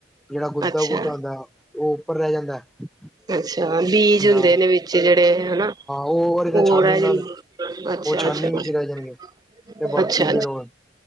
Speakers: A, in the centre; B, on the right (about 20°).
A: ਜੇੜਾ ਗੁੱਦਾ-ਗੁੱਦਾ
B: ਅੱਛਾ,
A: ਹੁੰਦਾ, ਓ <unintelligible>
B: ਅੱਛਾ ਬੀਜ ਹੁੰਦੇ
A: ਹਾਂ
B: ਨੇ ਵਿੱਚ ਜਿਹੜੇ ਹਨਾ
A: ਉਹ ਉਹਦੇ ਨਾਲ
B: ਉਹ
A: ਛਾਨੀ
B: ਰਹਿ
A: ਨਾਲ
B: ਜਾਂਦੇ, ਅੱਛਾ
A: ਉਹ ਛਾਨੀ
B: ਅੱਛਾ-ਅੱਛਾ-
A: ਵਿੱਚ ਰਹਿ ਜਾਣਗੇ ਤੇ ਬਾਕੀ
B: ਅੱਛਾ
A: ਫੇਰ ਉਹ